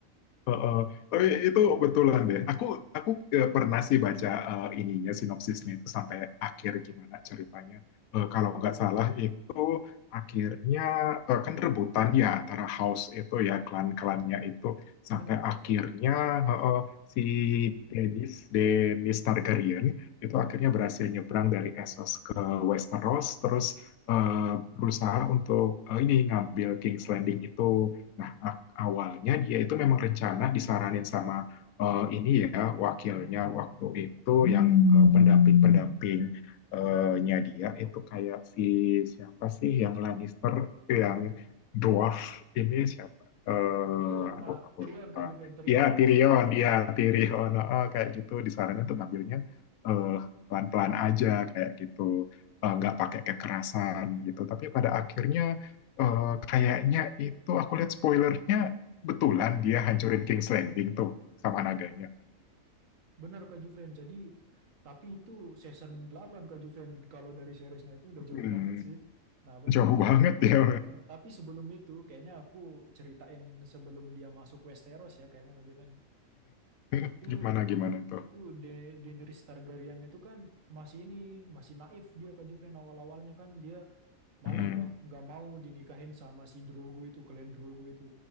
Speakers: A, on the left; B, on the right.
A: Heeh. Tapi itu betulan deh. Aku aku eh, pernah sih baca eh, ininya sinopsisnya itu sampai akhir gimana ceritanya. Eh, kalau nggak salah itu akhirnya eh, kan rebutan ya antara house itu ya klan-klannya itu sampai
B: benar Mas
A: akhirnya eh, eh, si Dennis Dennis Targaryen itu akhirnya berhasil nyebrang dari Essos ke Westeros terus eh, berusaha untuk eh, ini ngambil King's Landing itu. Nah, awalnya dia itu memang rencana disaranin sama eh, ini ya wakilnya waktu itu yang eh, pendamping-pendamping eh, nya dia itu kayak si siapa sih yang Lannister yang dwarf ini siapa? Eh,
B: Tyrion
A: aduh
B: mah
A: aku
B: Tyrion
A: lupa.
B: Kak Juven Tyrion
A: Ya
B: Lannister
A: Tyrion, ya Tyrion, Heeh, kayak gitu disaranin tuh ngambilnya eh, pelan-pelan aja kayak gitu, Eh, nggak pakai kekerasan gitu. Tapi pada akhirnya eh, kayaknya itu aku lihat spoilernya betulan dia hancurin King's Landing tuh sama nadanya.
B: Benar Kak Juven. Jadi tapi itu season 8 Kak Juven kalau dari seriesnya itu udah jauh
A: Hmm,
B: banget sih. Nah, benar.
A: jauh banget ya.
B: Eh, Tapi sebelum itu kayaknya aku ceritain sebelum dia masuk Westeros ya kayaknya Kak Juven ya.
A: <laughs>
B: Jadi
A: Gimana gimana tuh?
B: itu Da- Daenerys Targaryen itu kan masih ini masih naif dia Kak Juven awal-awalnya kan dia malah
A: Hmm,
B: nggak nggak mau dinikahin sama si Drogo itu klan Drogo itu.